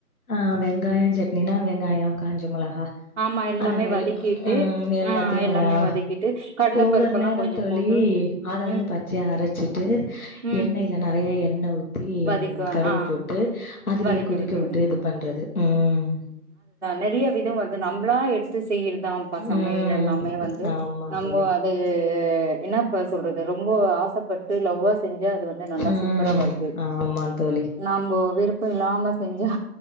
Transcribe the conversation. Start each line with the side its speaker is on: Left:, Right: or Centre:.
Left: ஆ வெங்காயோ சட்னினா வெங்காயோ காஞ்ச மொளகா
Right: ஆமா எல்லாமே
Left: அந்த மாரி
Right: வதக்கிட்டு
Left: ம் எல்லாத்தையு
Right: ஆ எல்லாமே
Left: ஆ
Right: வதக்கிட்டு கடல
Left: ஒவ்வொரு
Right: பருப்பெல்லா
Left: நேரோ
Right: கொஞ்சோ
Left: தோழி
Right: போட்டு
Left: அத வந்து
Right: ம்
Left: பச்சையா அரச்சிட்டு
Right: ம்
Left: எண்ணெய்ல நெறைய எண்ணெ ஊத் தி
Right: வதக்குவே
Left: கடுகு
Right: ஆ
Left: போட்டு அதுலயே
Right: வதக்கி
Left: கொதிக்க
Right: விட்டுருவே
Left: விட்டு இது பண்றது ம்
Right: நெறைய வித வந்து நம்பளா எடுத்து செய்றதான்ப்பா சமையல்
Left: ம்
Right: எல்லாமே வந்து
Left: ஆமா
Right: நம்போ
Left: தோழி
Right: து என்னப்பா சொல்றது ரொம்ப ஆசப்பட்டு லவ்வா செஞ்சா அது வந்து நல்லா
Left: ம்
Right: சூப்பரா வருது
Left: ஆமா தோழி
Right: நாம்போ விருப்போ இல்லாம செஞ்சா